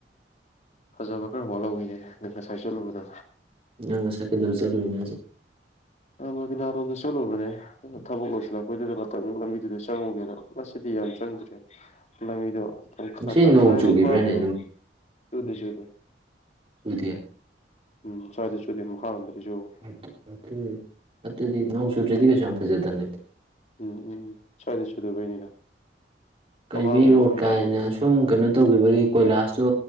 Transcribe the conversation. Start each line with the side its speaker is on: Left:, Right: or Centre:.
Left: ꯐꯖꯕ ꯈꯔ ꯋꯥꯠꯍꯧꯋꯤꯅꯦ ꯅꯪ ꯉꯁꯥꯏ ꯆꯠꯂꯨꯕꯗ
Right: ꯑꯪ ꯁꯀꯦꯗꯁ ꯆꯠꯂꯣꯏꯅꯦ ꯍꯧꯁꯦ
Left: ꯕꯕꯤꯅꯥꯔꯣꯝꯗ ꯆꯠꯂꯨꯕꯅꯦ ꯊꯕꯛ ꯂꯣꯏꯁꯤꯜꯂꯛꯄꯩꯗꯨꯗ ꯉꯥꯛꯇꯪ ꯂꯝꯕꯤꯗꯨꯗ ꯆꯪꯉꯨꯒꯦꯅ ꯃꯁꯤꯗꯤ ꯌꯥꯝ ꯆꯪꯗ꯭ꯔꯦ ꯂꯝꯕꯤꯗꯣ
Right: ꯉꯁꯤ
Left: ꯇꯪꯈꯥꯏꯕ
Right: ꯅꯣꯡ ꯆꯨꯈꯤꯕ꯭ꯔꯥꯅꯦ
Left: ꯐꯕꯦ ꯆꯣꯏꯗꯦ ꯆꯣꯏꯗꯦ
Right: ꯁꯋꯗꯤꯌꯥ
Left: ꯎꯝ ꯁ꯭ꯋꯥꯏꯗ ꯁꯨꯨꯗꯦ ꯃꯈꯥꯔꯣꯝꯗ ꯁꯨꯕ
Right: ꯑꯥꯠ ꯑꯇ ꯑꯗꯨꯗꯤ ꯅꯪ ꯆꯨꯗ꯭ꯔꯗꯤ ꯀꯩꯁꯨ ꯌꯥꯝ ꯐꯖꯗꯕꯅꯤꯗ
Left: ꯎꯝ ꯎꯝ ꯁ꯭ꯋꯥꯏꯗ ꯆꯨꯗꯕꯩꯅꯤꯗ
Right: ꯀꯩꯕꯤ
Left: ꯃꯈꯥꯔꯣꯝꯗꯗꯤ
Right: ꯔꯣꯠ
Left: ꯍꯩꯊꯩꯌꯦꯕ
Right: ꯀꯥꯏꯅ ꯁꯨꯝ ꯀꯩꯅꯣ ꯇꯧꯈꯤꯕꯒꯤ ꯀꯣꯏꯂꯥꯁꯇꯣ